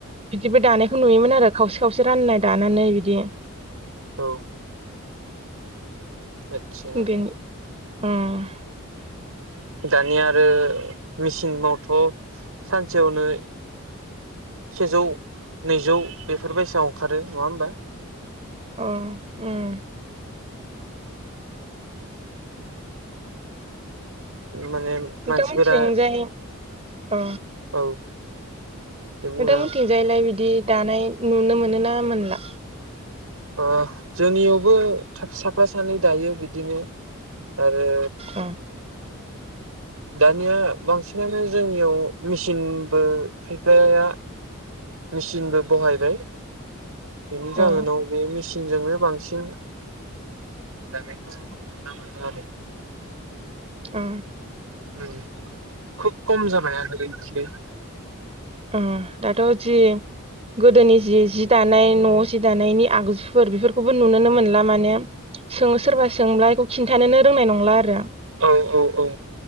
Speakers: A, on the right (about 30°); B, on the right (about 75°).
A: बिदिबो दानायखौ नुयोमोन आरो खावसे खावसे राननाय दानानै बिदि
B: औ आदसा
A: बेन उम
B: दानिया आरो मिसिनावथ' सानसेयावनो सेजौ नैजौ बेफोरबायसा अंखारो। नङा होमबा?
A: अ उम
B: माने
A: नोंथांमोनथिंजाय
B: मानसिफोरा
A: अ
B: औ दे बुंजागोन
A: नोंथा मोनथिंजायलाय बिदि दानाय नुनो मोनो ना मोनला
B: ओ जोंनियावबो साफा सानै दायो बिदिनो आरो
A: अ
B: दानिया बांसिनानो जोंनियाव मेसिनबो खायफाया मेसिनबो बहायबाय बेनि जाहोनाव
A: अ
B: बे मेसि नजोंनो बांसिन दानायखौ नुनो मोनो आरो
A: आ
B: उम खुब खम जाबाय आरो एसे
A: उ दाथ' जि गोदोनि जि जि दानाय न'आव जि दानायनि आगजुफोर बेफोरखौबो नुनोनो मोनला माने सोङो सोरबा सोंब्ला बेखौ खिन्थानोनो रोंनाय नंला आरो।
B: औ औ औ